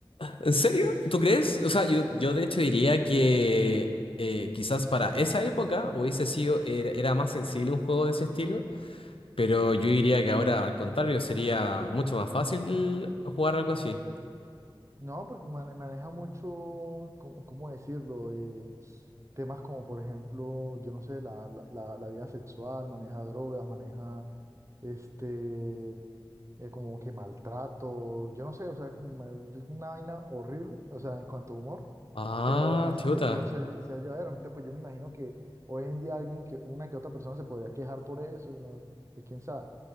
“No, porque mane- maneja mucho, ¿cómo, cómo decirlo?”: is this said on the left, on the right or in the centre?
Right